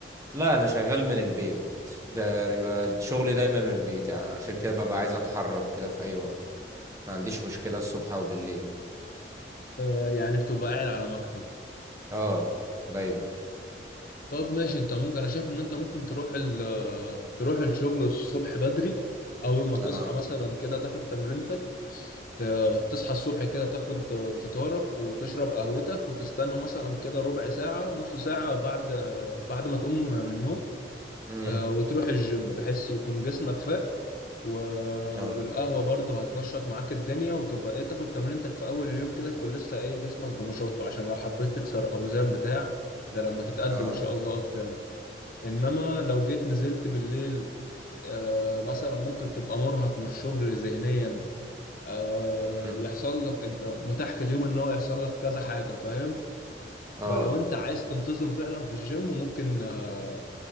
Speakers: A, on the right; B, on the left.
A: لا انا شغال من البيت ده يبقى شغلي دايما من البيت يعني عشان كده ببقى عايز اتحرك كده في اي وقت ما عنديش مشكلة الصبح او بالليل
B: آه، يعني بتبقى قاعد على مكتب
A: اه دايما
B: طب ماشي انت ممكن انا شايف ان انت ممكن تروح ال تروح الشغل الصبح بدري اول ما تصحى
A: اه
B: مثلا كده تاخد تمرينتك ت- تصحى الصبح كده تاخد فطارك وتشرب قهوتك وتستنى مثلا كده ربع ساعة نص ساعة بعد بعد ما تقوم من النوم
A: امم
B: آه، وتروح الجيم بحيث يكون جسمك فاق و...
A: اه
B: والقهوة برضو هتنشط معاك الدنيا وتبقى ايه تاخد تمرينتك في اول اليوم كده يكون لسه ايه جسمك بنشاطه عشان لو حبيت تكسر اوزان بتاع ده لما تتقدم
A: اه
B: ان شاء الله قدام انما لو جيت نزلت بالليل آه، مثلا ممكن تبقى مرهق من الشغل ذهنيا آه،
A: امم
B: يحصل لك انت متاح في اليوم ان هو يحصل لك كذا حاجة فاهم
A: اه
B: فلو انت عايز تنتظم فعلا في الجيم ممكن آه،